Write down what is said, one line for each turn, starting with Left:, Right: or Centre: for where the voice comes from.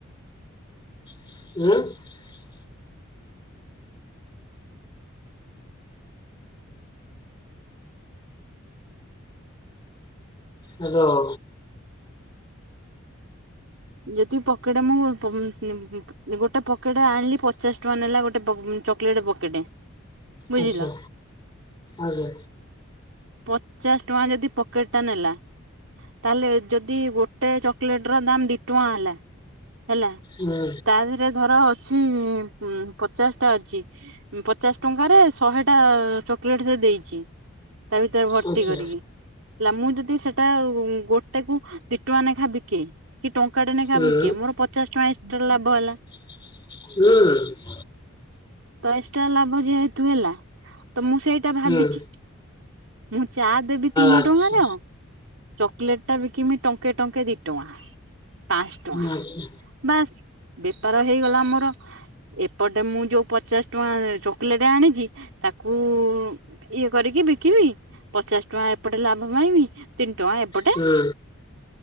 Left: <unintelligible> ହୋଲୋ।
Right: ଯଦି ପକେଟେ ମୁଁ ଗୋଟେ ପକେଟେ ଆଣିଲି ପଚାଶ ଟଙ୍କା ନେଲା ଗୋଟେ ପ ଚକଲେଟ୍ ପକେଟେ ବୁଝିଲ।
Left: ଆଚ୍ଛା ଆଚ୍ଛା
Right: ପଚାଶ ଟଙ୍କା ଯଦି ପକେଟ ଟା ନେଲା ତାହେଲେ ଯଦି ଗୋଟେ ଚକଲେଟ ର ଦାମ ଦି ଟଙ୍କା ହେଲା। ହେଲା
Left: ହୁଁ
Right: ତା ଦେହେରେ ଧର ଅଛି। ହୁଁ ପଚାଶ ଟା ଅଛି ପଚାଶ ଟଙ୍କାରେ ଶହେ ଟା ଚକୋଲେଟ ସେ ଦେଇଛି। ତା ଭିତରେ ଭର୍ତ୍ତି
Left: ଆଚ୍ଛା
Right: କରିକି। ହେଲା ମୁଁ ଯଦି ସେଟା ଗୋଟେ କୁ ଦି ଟଙ୍କା ନେଖା ବିକେ। କାଟେ ନାଖା
Left: ହୁଁ
Right: ବିକେ ମୋର ପଚାଶ ଟଙ୍କା ଏଥିରେ ଲାଭ ହେଲା।
Left: ହୁଁ।
Right: ତ ଏକ୍ସଟ୍ରା ଲାଭ ଯେହେତୁ ହେଲା। ତ ମୁଁ ସେଇଟା ଭାବିଛି।
Left: ହୁଁ
Right: ମୁଁ ଚା ଦେବି ତିନି
Left: ଆଚ୍ଛା
Right: ଟଙ୍କାର ଚକଲେଟ ଟା ବିକମି ଟଙ୍କେ ଟଙ୍କେ ଦି ଟଙ୍କା ପାଞ୍ଚ ଟଙ୍କା
Left: ଆଚ୍ଛା
Right: ବାସ ବେପାର ହେଇଗଲା ମୋର ଏପଟେ ମୁଁ ଯୋଉ ପଚାଶ ଟଙ୍କା ଚକୋଲେଟ ଆଣିଛି ତାକୁ ଇଏ କରିକି ବିକିବି ପଚାଶ ଟଙ୍କା ଏପଟେ ଲାଭ ପାଇମି ତିନି ଟଙ୍କା ଏପଟେ
Left: ହୁଁ